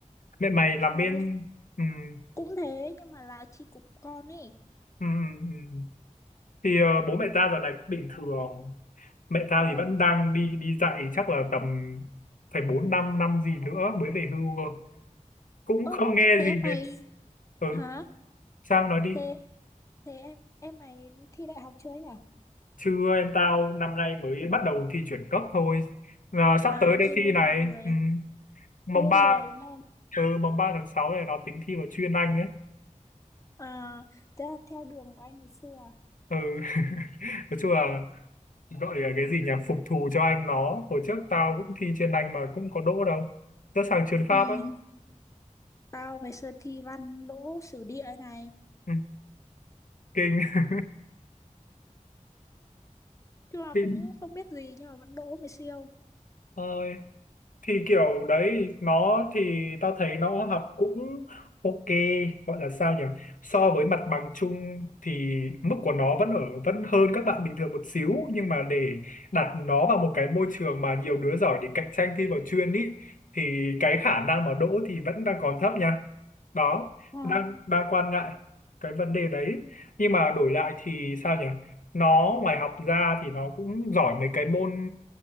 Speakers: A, on the left; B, on the left.
A: mẹ mày làm
B: chung
A: bên
B: là bây
A: ừm,
B: cũng thế nhưng mà là chi cục con ấy
A: ừm, ừm. thì ờ, bố mẹ tao giờ này cũng bình thường mẹ tao
B: ờ
A: thì vẫn đang đi đi dạy chắc là tầm phải bốn năm năm gì nữa mới về hưu cơ cũng
B: ơ
A: không nghe
B: thế
A: gì
B: em mày
A: về ừ,
B: hả
A: sao nói đi
B: thế thế em em mày thi đại học chưa ấy nhỉ
A: chưa em tao năm nay mới bắt đầu thi chuyển cấp thôi Ờ, sắp
B: à
A: tới đây
B: thi
A: thi
B: lên
A: này
B: 10
A: Ừm, mồng
B: thi lên
A: ba
B: 10 đúng không
A: ừ, mùng 3 tháng 6 này nó tính thi vào chuyên Anh ấy
B: à thế là theo đường của anh ngày xưa à?
A: ừ. <laughs> nói chung là gọi là cái gì nhỉ phục thù cho anh nó hồi trước tao cũng thi chuyên Anh mà cũng có đỗ đâu rất sang chuyên Pháp
B: ừ
A: á
B: Tao ngày xưa thi văn đỗ sử địa ấy này
A: ừ. kinh
B: Chứ là
A: <laughs>
B: cũng không biết gì nhưng mà vẫn đỗ mày siêu
A: ơi thì kiểu đấy nó thì tao thấy nó học cũng ok gọi là sao nhỉ so với mặt bằng chung thì mức của nó vẫn ở vẫn hơn các bạn bình thường một xíu nhưng mà để đặt nó vào một cái môi trường mà nhiều đứa giỏi để cạnh tranh thi vào chuyên ý thì cái khả năng mà đỗ thì vẫn đang còn thấp nha đó
B: Ờ,
A: đang đang quan ngại cái vấn đề đấy nhưng mà đổi lại thì sao nhỉ nó ngoài học ra thì nó cũng giỏi mấy cái môn